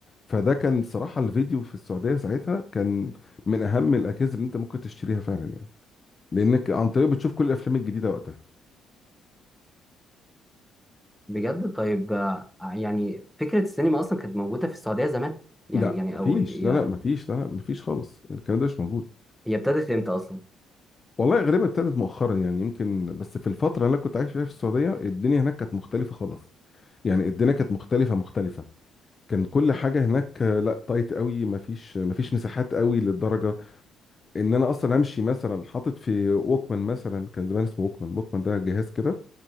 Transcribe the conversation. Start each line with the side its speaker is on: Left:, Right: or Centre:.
Left: فده كان صراحة الفيديو في السعودية ساعتها كان من أهم الأجهزة اللي أنت ممكن تشتريها فعلا يعني لأنك عن طريقه بتشوف كل الأفلام الجديدة وقتها
Centre: بجد طيب آه، يعني فكرة السينما أصلا كانت موجودة في السعودية زمان يعني
Left: لا
Centre: يعني
Left: مفيش
Centre: أو هي
Left: لا لا مفيش لا لا مفيش خالص الكلام ده مش موجود
Centre: هي ابتدت إمتى أصلا؟
Left: والله غريبة ابتدت مؤخرا يعني يمكن بس في الفترة اللي أنا كنت عايش فيها في السعودية الدنيا هناك كانت مختلفة خالص يعني الدنيا كانت مختلفة مختلفة كان كل حاجة هناك آه، لا تايت قوي مفيش مفيش مساحات قوي للدرجة إن أنا أصلا أمشي مثلا حاطط في ووكمان مثلا كان زمان اسمه ووكمان ووكمان ده جهاز كده